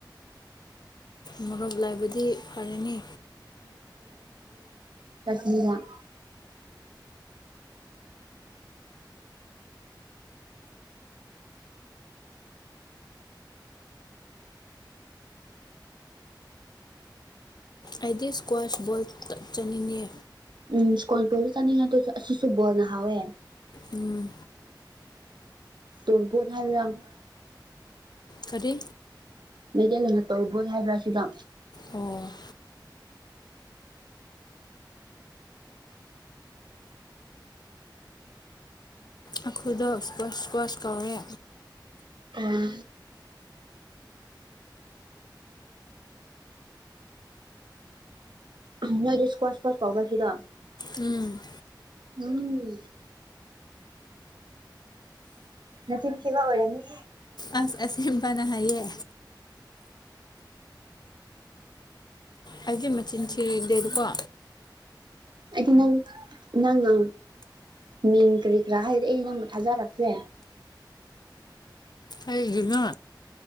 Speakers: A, on the left; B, on the right.
A: ꯃꯣꯔꯣꯛ ꯂꯥꯏꯕꯗꯤ ꯐꯔꯅꯤ
B: ꯍꯔ <inaudible>
A: ꯑꯩꯗꯤ ꯏꯁꯀ꯭ꯋꯥꯁ ꯕꯣꯜ ꯆꯠ ꯆꯥꯠꯅꯤꯡꯉꯦ
B: ꯎꯝ ꯁꯀꯣꯟꯄꯁꯨ <inaudible> ꯑꯁꯤꯁꯨꯕꯅꯍꯋꯦ
A: ꯎꯝ
B: ꯇꯕꯨꯊ ꯍꯥꯏꯔꯝ <inaudible>
A: ꯀꯔꯤ
B: ꯃꯩꯇꯩꯜꯅ ꯇꯣꯔꯕꯣꯠ ꯍꯥꯏꯕ꯭ꯔꯥ ꯁꯤꯗ
A: ꯑꯣ ꯑꯩꯈꯣꯏꯗꯣ ꯏꯁꯀ꯭ꯋꯥꯁ ꯏꯁꯀ꯭ꯋꯥꯁ ꯀꯧꯔꯦ
B: ꯑꯣ ꯅꯣꯏꯗꯤ ꯏꯁꯀ꯭ꯋꯥ ꯁꯀꯋꯥꯁ ꯀ ꯄꯁꯤꯗꯣ
A: ꯎꯝ
B: ꯋꯥꯉ ꯅꯊ ꯊꯕ ꯑꯣꯏꯃꯤ
A: ꯑꯁ
B: ꯑ
A: ꯑꯁꯦꯡꯕꯅ ꯍꯥꯏꯌꯦ ꯑꯩꯗꯤ ꯃꯆꯤꯟ ꯊꯤꯔꯤꯗꯦꯗꯀꯣ
B: ꯑꯩꯗꯤꯅ ꯅꯪꯅ ꯃꯤꯡ ꯀꯔꯤ ꯀꯔꯥ ꯍꯥꯏꯔꯦ ꯑꯩ ꯅꯪꯕꯨ ꯊꯥꯖꯔꯛꯁꯦ
A: ꯑꯩꯃ